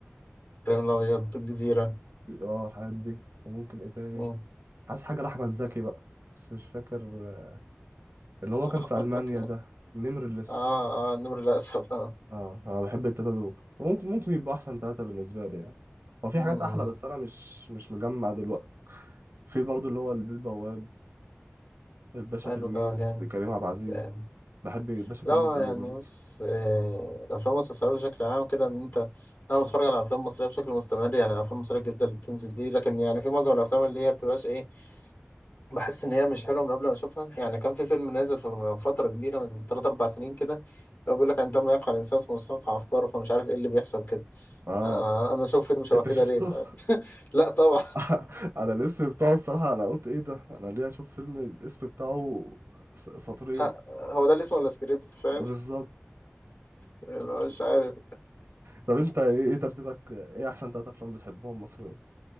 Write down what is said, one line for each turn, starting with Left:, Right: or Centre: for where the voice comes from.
Left: إبراهيم الأبيض الجزيرة
Right: اه الحاجات دي وممكن ايه تاني
Left: أمم.
Right: حاسس حاجة لاحمد زكي بقى بس مش فاكر آه، اللي هو
Left: آه،
Right: كان في
Left: أحمد
Right: المانيا
Left: زكي آه
Right: ده النمر الاسود
Left: آه النمر الأسود آه.
Right: اه انا بحب التلاتة دول ممكن ممكن يبقوا احسن تلاتة بالنسبة لي يعني هو في
Left: امم
Right: حاجات احلى بس انا مش مش مجمع دلوقتي في برضو اللي هو البيه البواب الباشا
Left: حلو
Right: تلميذ
Left: ده جامد
Right: لكريم عبد العزيز
Left: جامد
Right: بحب الباشا
Left: لا
Right: تلميذ قوي
Left: يعني
Right: برضو
Left: بص آه، الافلام والمسلسلات بشكل عام كده ان انت انا بتفرج على افلام مصريه بشكل مستمر يعني الافلام المصريه الجديده اللي بتنزل دي لكن يعني في معظم الافلام اللي هي بتبقاش ايه بحس ان هي مش حلوه من قبل ما اشوفها يعني كان في فيلم نازل في- من فتره كبيره من 3 4 سنين كده لو بيقول لك عندما يقع الانسان في مستنقع افكاره فمش عارف ايه اللي بيحصل كده
Right: اه
Left: انا أنا اشوف فيلم شبه
Right: انت
Left: كده
Right: شفته
Left: ليه ف... <laughs> لا طبعا
Right: <laughs> انا الاسم بتاعه الصراحة انا قلت ايه ده انا ليه اشوف فيلم الاسم بتاعه س- سطرين
Left: آه، هو ده اللي اسمه ولا سكريبت فاهم
Right: بالظبط
Left: <laughs> مش عارف
Right: طب انت ايه, إيه ترتيبك ايه احسن تلاتة افلام بتحبهم مصريين